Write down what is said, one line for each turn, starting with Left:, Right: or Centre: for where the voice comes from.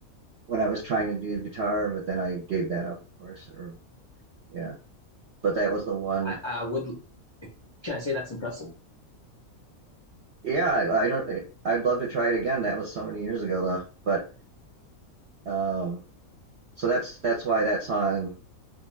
Right: when I was trying to do guitar, but then I gave that up, of course. Or yeah. but that was the one.
Left: I, I would. Can I say that's impressive?
Right: Yeah, I don't. I'd love to try it again. That was so many years ago, though. But um, so that's that's why that song.